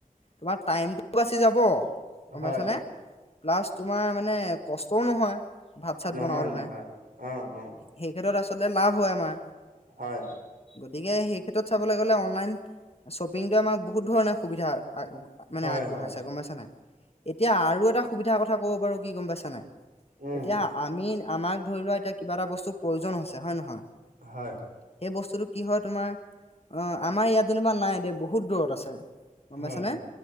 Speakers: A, on the left; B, on the right.
A: তোমাৰ টাইমটোও বাচি যাব গম
B: হয়
A: পাইছানে প্লাছ তোমাৰ মানে কষ্টও নহয় ভাত চাত
B: নহয়
A: বনাওঁতেনে
B: নহয় আহ অ
A: সেই ক্ষেত্ৰত লাভ হয় আমাৰ
B: হয়
A: গতিকে সেই ক্ষেত্ৰত চাবলৈ গ'লে অনলাইন শ্বপিংটোৱে আমাৰ বহুত ধৰণে সুবিধা মানে
B: হয়
A: আগবঢ়াইছে
B: হয়
A: গম পাইছা নাই এতিয়া আৰু এটা সুবিধাৰ কথা কব বাৰু কি গম পাইছা নাই
B: উম
A: এতিয়া আমি আমাক ধৰি লোৱা এতিয়া কিবা এটা বস্তু প্ৰয়োজন হৈছে হয়ে নহয় সেই
B: হয়
A: বস্তুটো কি হয় তোমাৰ অ আমাৰ ইয়াত যেনিবা নাই দ বহুত দূৰত আছে গম
B: হয়
A: পাইছানে